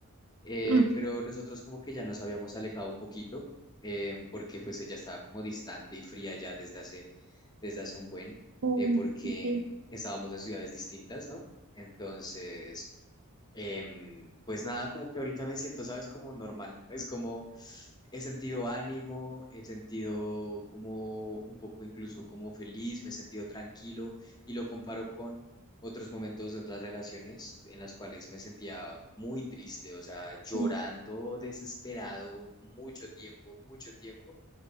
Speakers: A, on the left (about 20°); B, on the right (about 75°).
A: Eh,
B: Mm.
A: pero nosotros como que ya nos habíamos alejado un poquito, eh, porque pues ella estaba como distante y fría ya desde hace, desde hace un buen,
B: Mm,
A: eh, porque
B: Sí,
A: mm, estábamos en ciudades distintas, ¿no? Entonces, Em, pues nada, como que ahorita me siento, ¿sabes? Como normal. Es como he sentido ánimo, he sentido como un poco incluso como feliz, me he sentido tranquilo y lo comparo con otros momentos de otras relaciones en las cuales me sentía muy triste, o sea, llorando,
B: sí,
A: desesperado, mucho tiempo, mucho tiempo.